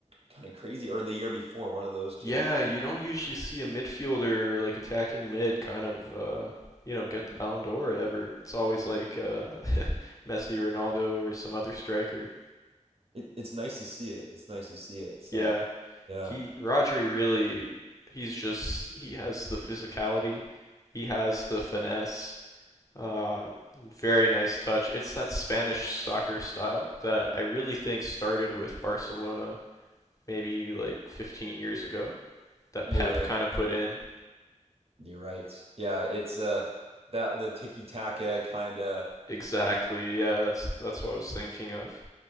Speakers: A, on the right; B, on the left.
A: kind of crazy, or the year before, one of those
B: Yeah,
A: two.
B: you don't usually see a midfielder like attacking mid kind of uh, you know get the Ballon d'Or ever. It's always
A: Yeah.
B: like uh, <laughs> Messi, Ronaldo, or some other striker.
A: It, it's nice to see it. It's nice to see it. So,
B: Yeah,
A: yeah,
B: He Rodri really he's just he has the physicality, he has the finesse. Uh, very nice touch. It's that Spanish soccer style that I really think started with Barcelona maybe like 15 years ago that
A: you're
B: Pep
A: right.
B: kind of put in.
A: You're right. Yeah, it's uh that the tiki-taka kind of.
B: Exactly. Yeah, that's that's what I was thinking of.